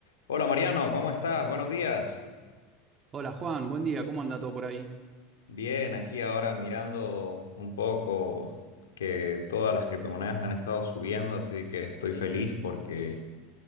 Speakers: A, on the left; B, on the right.
A: Hola Mariano, ¿cómo estás? Buenos días.
B: Hola Juan, buen día, ¿cómo anda todo por ahí?
A: Bien, aquí ahora mirando un poco que todas las criptomonedas han estado subiendo, así que estoy feliz porque